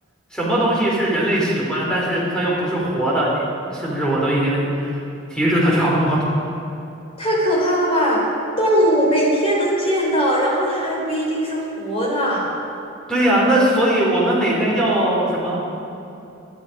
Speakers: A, in the centre; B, on the left (about 30°).
A: 什么东西是人类喜欢，但是它又不是活的？你是不是我都已经 <laughs> 提示的差不多了？
B: 太可怕了吧！动物每天能见到，然后它还不一定是活的。
A: 对呀，那所以我们每天要什么？